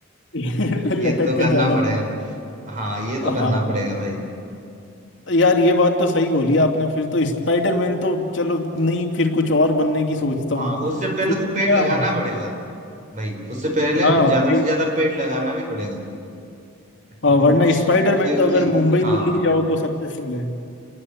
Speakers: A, on the left; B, on the right.
A: <laughs> फिर
B: ये
A: लटक
B: तो करना
A: के जाना
B: पड़ेगा
A: पड़ा
B: हाँ ये तो करना
A: हाँ
B: पड़ेगा भाई
A: यार ये बात तो सही बोली आपने फिर तो स्पाइडरमैन तो चलो नहीं फिर कुछ और बनने की सोचता
B: हाँ
A: हूँ
B: उससे पहले
A: फिर
B: तो
A: तो
B: पेड़
A: क्या
B: लगाना पड़ेगा भाई उससे पहले
A: हाँ
B: ज्यादा से ज्यादा पेड़ लगाना भी पड़ेगा हम्म,
A: और वरना स्पाइडरमैन
B: क्योंकि
A: तो अगर मुंबई
B: हाँ
A: दिल्ली जाओ तो सक्सेसफुल है